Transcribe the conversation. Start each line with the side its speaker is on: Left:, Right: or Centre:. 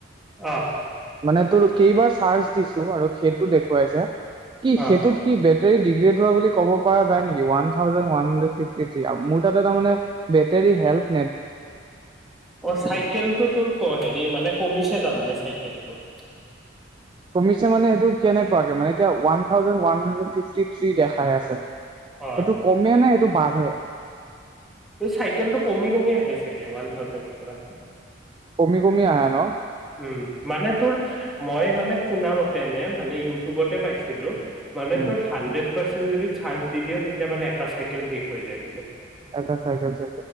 Centre: অ
Right: মানে তোৰ কেইবাৰ চাৰ্জ দিছো আৰু সেইটো দেখুৱাইছে কি
Centre: অ
Right: সেইটোত কি বেটেৰী ডিগ্ৰেড হোৱা বুলি ক'ব পৰা যায় নেকি one thousand one hundred sixty three মোৰ তাতে তাৰ মানে বেটেৰী হেল্থৰ
Centre: অ চাইকেলটো তোৰ ক হেৰি মানে কমিছে তাৰমানে চাইকেলটো
Right: কমিছে মানে সেইটো কেনেকুৱাকে মানে এতিয়াও one thousand one hundred fifty three দেখাই আছে। সেইটো
Centre: অ
Right: কমে নে টো বাঢ়ে
Centre: এই চাইকেলটো কমি কমি আহে চাগে ৱান থাউজেনৰ পৰা।
Right: কমি কমি আহে ন?
Centre: উম, মানে তোৰ মই মানে শুনা মতে নে মানে ইউটিউবতে পাইছিলো মানে
Right: উম
Centre: তোৰ হাণ্ড্ৰেত চাৰ্জ দি দিয়া তেতিয়া মানে এটা চাইেল শেষ হৈ যায়
Right: এটা চাইেল চ